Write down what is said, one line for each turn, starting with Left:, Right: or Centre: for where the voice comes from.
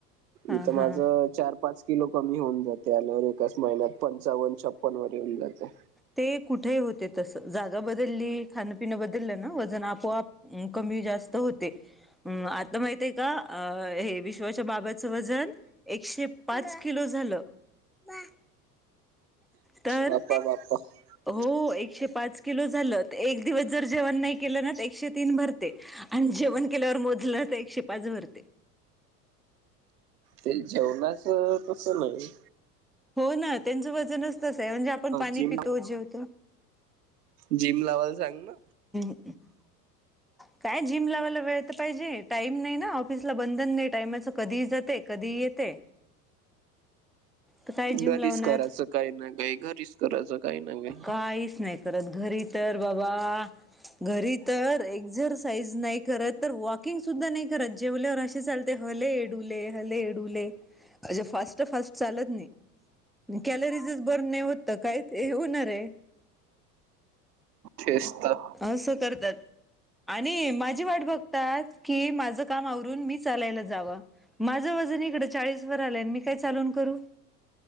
Centre: हा
Right: इथं माझं
Centre: हा
Right: चार पाच किलो कमी होऊन जाते आल्यावर एकाच महिन्यात पंचावन्न छप्पन वर येऊन जातय
Centre: ते कुठे होते! ! तस जागा बदलली खाणपिन बदललं ना वजन आपोआप कमी जास्त होते. हम्म आता माहित आहे का हे विश्वाच्या बाबच वजन एकशे पाच किलो झा झालं <inaudible> तर
Right: बापा बापा <inaudible>
Centre: हो एकशे पाच किलो झालं तर एक दिवस जर जेवण नाही केलं ना एकशे तीन भरते आणि जेवण केल्यावर मोजलाचा एकशे पाच भरते
Right: ते जेवणाच कस नाही
Centre: हो ना त्यांचं वजनच तस आहे म्हणजे आपण पाणी
Right: जिम
Centre: पितो जेवतो
Right: जिम लावायला सांग ना.
Centre: <inaudible> काय जिम लावायला वेळ तर पाहिजे टाईम नाही ना ऑफिसला बंधन नाही टाईमाच कधीहि जाते कधी कधी येते. तर काय जिम
Right: घरीच
Centre: लावणार
Right: करायचं काही ना काही घरीच करायचं काही ना काही.
Centre: काहीच नाही करत घरी तर बाबा. घरी तर एक्सरसाईज नाही करत तर वॉकिंग सुद्धा नाही करत जेवल्यावर असे चालते. हले एडूले हले एडूले अे फास्ट फास्ट चालत नाही. कॅलरीजस बर्न नाही होत कायं. ते होणार आहे
Right: तेच तर
Centre: असं करतात. आणि माझी वाट बघतात की माझं काम आवरून मी चालायला जावं. माझं वजन इकडं चाळीस वर आलं मी काय चालून करू.